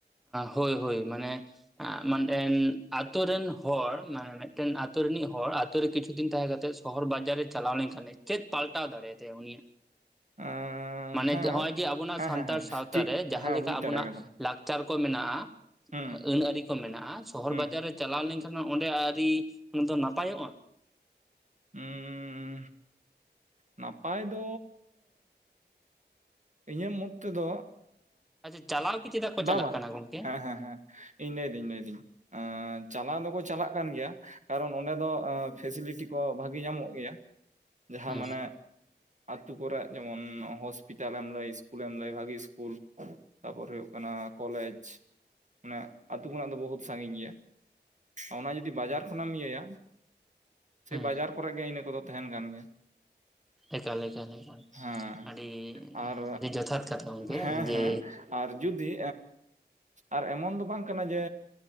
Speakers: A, in the centre; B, on the right (about 45°).
A: ᱦᱳᱭ ᱦᱳᱭ ᱢᱟᱱᱮ ᱟ ᱢᱟᱱᱮᱱ ᱟᱛᱳ ᱨᱮᱱ ᱦᱚᱲ ᱢᱟᱱᱮ ᱢᱤᱫᱴᱟᱝ ᱟᱛᱩ ᱨᱤᱱᱤᱡ ᱦᱚᱲ ᱟᱛᱚ ᱨᱮ ᱠᱤᱪᱷᱩ ᱫᱤᱱ ᱛᱟᱦᱮᱸ ᱠᱟᱛᱮᱜ ᱥᱚᱦᱚᱨ ᱵᱟᱡᱟᱨᱮ ᱪᱟᱞᱟᱣ ᱞᱮᱱᱠᱷᱟᱱᱮ ᱪᱮᱫ ᱯᱟᱞᱴᱟᱣ ᱫᱟᱲᱮᱭᱟ ᱛᱟᱭᱟ ᱩᱱᱤᱭᱟᱜ
B: ᱮᱸ
A: ᱢᱟᱱᱮ
B: ᱦᱮᱸ
A: ᱱᱚᱜᱼᱚᱭ ᱡᱮ ᱟᱵᱚᱱᱟᱜ
B: ᱦᱮᱸ
A: ᱥᱟᱱᱛᱟᱲ
B: ᱦᱮᱸ ᱦᱮᱸ
A: ᱥᱟᱶᱛᱟ
B: ᱴᱷᱤᱠ
A: ᱨᱮ ᱡᱟᱦᱟ
B: ᱦᱮᱸ
A: ᱞᱮᱠᱟ
B: ᱵᱩᱡᱽ
A: ᱟᱵᱚᱱᱟᱜ
B: ᱫᱟᱲᱮ ᱠᱟᱫᱟ
A: ᱞᱟᱠᱪᱟᱨ ᱠᱚ ᱢᱮᱱᱟᱜᱼᱟ
B: ᱦᱩᱸ
A: ᱟᱹᱱᱟᱹᱨᱤ ᱠᱚ ᱢᱮᱱᱟᱜᱼᱟ ᱥᱚᱦᱚᱨ
B: ᱦᱩᱸ
A: ᱵᱟᱡᱟᱨ ᱨᱮ ᱪᱟᱞᱟᱣ ᱞᱮᱱᱠᱷᱟᱱ ᱚᱸᱰᱮ ᱟᱹᱨᱤ ᱫᱚ ᱱᱟᱯᱟᱭᱚᱜᱼᱟ
B: ᱩᱸᱻ ᱱᱟᱯᱟᱭ ᱫᱚ ᱤᱧᱟᱜ ᱢᱚᱛ ᱛᱮᱫᱚ
A: ᱟᱪᱪᱷᱟ ᱪᱟᱞᱟᱣ ᱜᱮ ᱪᱮᱫᱟᱜ ᱠᱚ
B: ᱵᱟᱼᱵᱟ
A: ᱪᱟᱞᱟᱜ ᱠᱟᱱᱟ ᱜᱚᱝᱠᱮ
B: ᱦᱮᱸ ᱦᱮᱸ ᱦᱮᱸ ᱤᱧ ᱞᱟᱹᱭ ᱫᱟᱹᱧ ᱞᱟᱹᱭ ᱫᱟᱹᱧ ᱪᱟᱞᱟᱣ ᱫᱚᱠᱚ ᱪᱟᱞᱟᱜ ᱠᱟᱱ ᱜᱮᱭᱟ ᱠᱟᱨᱚᱱ ᱚᱸᱰᱮ ᱫᱚ ᱯᱷᱮᱥᱤᱞᱤᱴᱤ ᱠᱚ ᱵᱷᱟᱹᱜᱤ ᱧᱟᱢᱚᱜ ᱜᱮᱭᱟ ᱡᱟᱦᱟ
A: ᱦᱩᱸ
B: ᱢᱟᱱᱮ ᱟᱹᱛᱩ ᱠᱚᱨᱮᱜ ᱡᱮᱢᱚᱱ ᱦᱚᱥᱯᱤᱴᱟᱞ <unintelligible> ᱞᱟᱹᱭ ᱤᱥᱠᱩᱞᱮᱢ ᱞᱟᱹᱭ ᱵᱷᱟᱜᱤ ᱤᱥᱠᱩᱞ ᱛᱟᱯᱚᱨ ᱦᱩᱭᱩᱜ ᱠᱟᱱᱟ ᱠᱚᱞᱮᱡᱽ ᱢᱟᱱᱮ ᱟᱹᱛᱩ ᱠᱷᱚᱱᱟᱜ ᱫᱚ ᱵᱚᱦᱩᱛ ᱥᱟᱸᱜᱤᱧ ᱜᱮᱭᱟ ᱚᱱᱟ ᱡᱩᱫᱤ ᱵᱟᱡᱟᱨ ᱠᱷᱚᱱᱟᱜᱢ ᱤᱭᱟᱹᱭᱟ ᱥᱮ
A: ᱦᱩᱸ
B: ᱵᱟᱡᱟᱨ ᱠᱚᱨᱮ ᱜᱮ ᱤᱱᱟᱹ ᱠᱚᱫᱚ ᱛᱟᱦᱮᱸᱱ ᱠᱟᱱ ᱜᱮᱭᱟ
A: ᱮᱠᱟᱞ ᱮᱠᱟᱞ ᱮᱠᱟᱞ
B: ᱦᱮᱸ
A: ᱟᱹᱰᱤ
B: ᱟᱨ
A: ᱟᱹᱰᱤ ᱡᱚᱛᱷᱟᱛ ᱠᱟᱛᱷᱟ ᱜᱚᱝᱠᱮ
B: ᱦᱮᱸ ᱦᱮᱸ
A: ᱡᱮ
B: ᱟᱨ ᱡᱩᱫᱤ ᱟᱨ ᱮᱢᱚᱱ ᱫᱚ ᱵᱟᱝ ᱠᱟᱱᱟ ᱡᱮ